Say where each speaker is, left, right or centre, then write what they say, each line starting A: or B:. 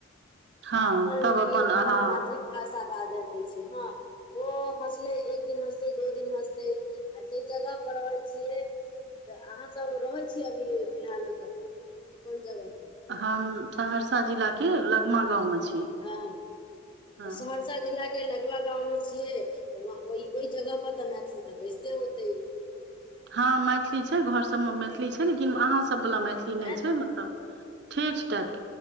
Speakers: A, on the right; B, on the left.
A: हँ
B: अपन
A: तब
B: लिपि अपन
A: अहाँ
B: अपन मातृक भाषा बाजै के छै हँ ओ हँसलै एक दिन हँसतै दो दिन हँसतै आ जे जगह पर रहै छियै तऽ अहाँ सब रहै छीियै अभी फिलहाल मऽ कतऽ कोन जगह पर
A: हम सहरसा जिलाके लगमा गामवमे छी
B: हँ
A: हँ
B: तऽ सहरसा सहरसा जिला के लगवा गाँव मे छियै तऽ वह ओहि जगह पर तऽ मैथिली तऽ बैजते होते
A: हँ मैथिली छै घर सभमे मैथिली छै लेकिन अहाँसभ वला मैथिली
B: वैह
A: नहि छै तऽ ठेठ टाईप कऽ